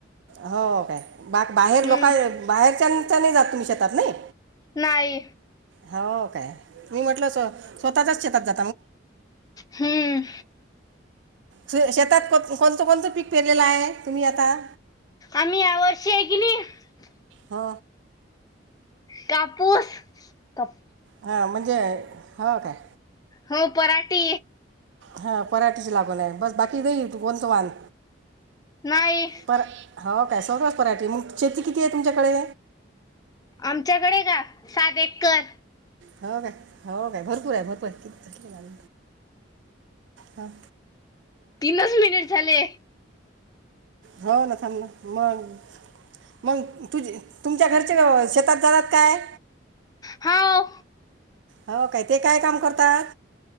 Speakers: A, on the right (about 70°); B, on the left (about 20°).
A: हो काय बाहेर
B: हम्म
A: लोक बाहेरच्यांच्या नाही जात तुम्ही शेतात नाही.
B: नाही.
A: हो काय मी म्हंटलं स्वतःच शेतात जा
B: हम्म.
A: श शेतांत कोणतं कोणतं पीक पेरलेलं आहे तुम्हीं आतां
B: आम्हीं यां वर्षी आहे की नाहीं
A: हो
B: कांपूस कांप
A: हां म्हणजे हं कायं
B: हो पराटे
A: हां पराटेची लागून आहे बस बाकी जाईल तू कोणतं वान
B: नाही
A: पर हो का सर्व पराठी मंग शेती किती आहे तुमच्यांकडे
B: आमच्याकडे का सात एकर
A: हो का हो कायं भरंपूर आहे भरंपूर आहे किती झांले हं
B: तीनच मिनिट झाले.
A: हो ना थांब मग मग तुझ तुमच्या घरी शेतात जातात काय.
B: हाव
A: हो काय ते काय काम करतात.